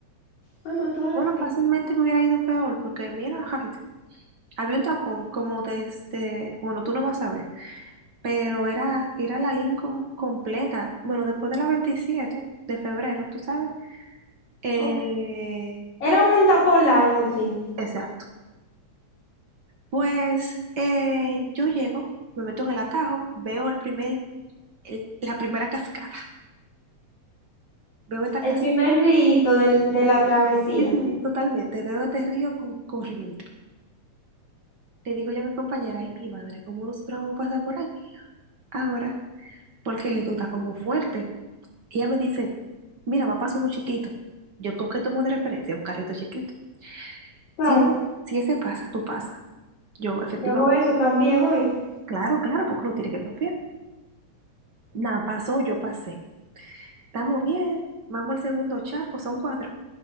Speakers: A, on the left (about 70°); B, on the right (about 45°).
A: Mamá, toda la
B: Bueno,
A: capital.
B: fácilmente me hubiera ido peor porque mira, <laughs> ay, había un tapón como desde, bueno, tú no vas a ver, pero era, era la Lincoln completa. Bueno, después de la 27 de febrero, tú sabes. Eh,
A: Ok. Era un tapón largo, en fin.
B: exacto. Pues eh, yo llego, me meto en el atajo, veo el primer, el- la primera cascada. Veo esta
A: El
B: cascada.
A: primer rito del, de la travesía.
B: Sí, sí, totalmente. Veo este río con corriente. Le digo ya a mi compañera, ay, mi madre, ¿cómo nosotros vamos a pasar por ahí? ahora, porque tú estás como fuerte. Y ella me dice, mira, va a pasar uno chiquito. Yo con qué tomo de referencia un carrito chiquito.
A: Claro,
B: Si ese, si ese pasa, tú pasas. Yo, efectivamente.
A: yo hago eso también, oíste.
B: Claro, claro, porque uno tiene que confiar. Nada, pasó, yo pasé. Estamos bien. Vamos al segundo charco, son cuatro.